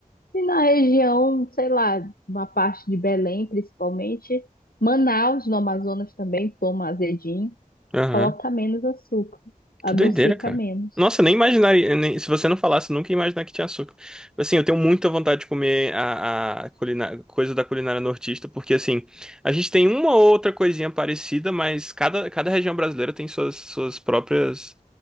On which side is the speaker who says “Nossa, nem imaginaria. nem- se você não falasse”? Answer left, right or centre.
Centre